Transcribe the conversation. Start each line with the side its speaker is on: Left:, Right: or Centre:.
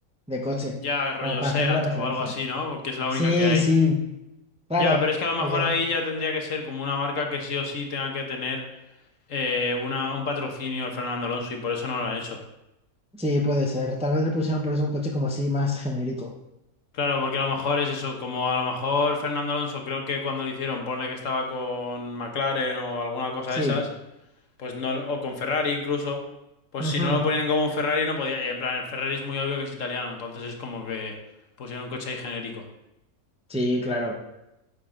Centre: de coche,
Left: Ya rollo
Centre: como para
Left: Seat
Centre: hacer la referencia.
Left: o algo así, ¿no? Porque es la
Centre: Sí,
Left: única que hay.
Centre: sí, claro,
Left: Ya, pero es que a lo mejor
Centre: porque
Left: ahí ya tendría que ser como una marca que sí o sí tenga que tener eh, una, un patrocinio el Fernando Alonso y por eso no lo han hecho.
Centre: sí, puede ser. Tal vez le pusieron por eso un coche como así más genérico.
Left: Claro, porque a lo mejor es eso, como a lo mejor Fernando Alonso creo que cuando lo hicieron, ponle que estaba con McLaren o alguna cosa
Centre: Sí,
Left: de esas, pues no, o con Ferrari incluso, pues
Centre: ujú,
Left: si no lo ponían como un Ferrari no podía, y en plan el Ferrari es muy obvio que es italiano, entonces es como que pusieron un coche ahí genérico.
Centre: Sí, claro.